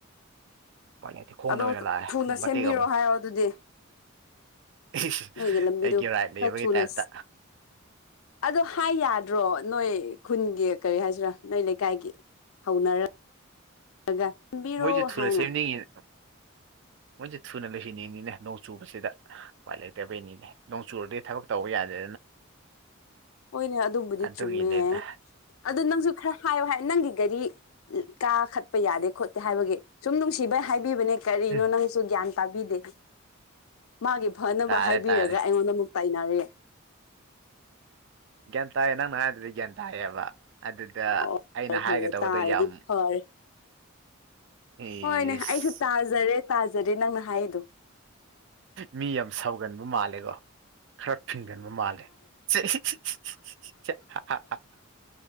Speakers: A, on the right; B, on the left.
A: ꯑꯩꯄꯥꯏ ꯂꯩꯇꯦ ꯈꯣꯡꯅ
B: ꯑꯗꯣ
A: ꯑꯣꯏꯅ ꯂꯥꯛꯑꯦ
B: ꯊꯨꯅ
A: ꯃꯇꯦꯛ
B: ꯁꯦꯝꯕꯤꯔꯣ
A: ꯑꯃ
B: ꯍꯥꯏꯔꯣ ꯑꯗꯨꯗꯤ
A: ꯏꯁ
B: ꯅꯣꯏꯒꯤ ꯂꯝꯕꯤꯗꯨ
A: ꯑꯩꯒꯤ ꯔꯥꯏꯠ ꯂꯩꯕꯒꯤ
B: ꯈꯔ ꯊꯨꯅ
A: ꯇꯥꯏꯞꯇ
B: ꯑꯗꯣ ꯍꯥꯏ ꯌꯥꯗ꯭ꯔꯣ ꯅꯣꯏ ꯈꯨꯟꯒꯤ ꯀꯔꯤ ꯍꯥꯏꯁꯤꯔ ꯅꯣꯏ ꯂꯩꯀꯥꯏꯒꯤ ꯍꯧꯅꯔꯒ ꯈꯟꯕꯤꯔꯣ
A: ꯃꯣꯏꯁꯨ
B: ꯍꯥꯏꯅ
A: <unintelligible> ꯃꯣꯏꯁꯦ ꯊꯨꯅ ꯂꯣꯏꯁꯤꯟꯅꯤꯡꯉꯤꯅꯦ ꯅꯣꯡ ꯆꯨꯕꯁꯤꯗ ꯎꯄꯥꯏ ꯂꯩꯇꯕꯩꯅꯤꯅꯦ ꯅꯣꯡ ꯆꯨꯔꯗꯤ ꯊꯕꯛ ꯇꯧꯕ ꯌꯥꯗꯦ
B: ꯍꯣꯏꯅꯦ ꯑꯗꯨꯕꯨꯗꯤ
A: ꯑꯗꯨꯒꯤꯅꯦꯗ
B: ꯆꯨꯝꯃꯦ ꯑꯗꯨ ꯅꯪꯁꯨ ꯈꯔ ꯍꯥꯏꯌꯣ ꯍꯥꯏ ꯅꯪꯒꯤ ꯒꯥꯔꯤ ꯀꯥꯈꯠꯄ ꯌꯥꯗꯦ ꯈꯣꯠꯇꯦ ꯍꯥꯏꯕꯒꯤ ꯁꯨꯝ ꯅꯨꯡꯁꯤꯕꯩ ꯍꯥꯏꯕꯤꯕꯅꯦ ꯀꯔꯤꯅꯣ
A: ꯎꯝ,
B: ꯅꯪꯁꯨ ꯒ꯭ꯌꯥꯟ ꯇꯥꯕꯤꯗꯦ ꯃꯥꯒꯤ ꯐꯅꯕ
A: ꯇꯥꯔꯦ
B: ꯍꯥꯏꯕꯤꯔꯒ
A: ꯇꯥꯔꯦ
B: ꯑꯩꯉꯣꯟꯗ ꯑꯃꯨꯛ ꯇꯥꯏꯅꯔꯤ
A: ꯒ꯭ꯌꯥꯟ ꯇꯥꯏꯌꯦ ꯅꯪꯅ ꯍꯥꯏꯕꯗꯤ ꯒ꯭ꯌꯥꯟ ꯇꯥꯏꯌꯦꯕ ꯑꯗꯨꯗ
B: ꯑꯣ
A: ꯑꯩꯅ
B: ꯐꯔꯦ
A: ꯍꯥꯏꯒꯗꯕꯗꯣ
B: ꯐꯔꯦ ꯇꯥꯔꯗꯤ
A: ꯌꯥꯝ
B: ꯐꯔꯦ
A: ꯏꯁ
B: ꯍꯣꯏꯅꯦ ꯑꯩꯁꯨ ꯇꯥꯖꯔꯦ ꯇꯥꯖꯔꯦ ꯅꯪꯅ ꯍꯥꯏꯔꯤꯗꯣ
A: ꯃꯤ ꯌꯥꯝ ꯁꯥꯎꯒꯟꯕ ꯃꯥꯜꯂꯦꯀꯣ ꯈꯔ ꯐꯤꯡꯒꯟꯕ ꯃꯥꯜꯂꯦ <unintelligible>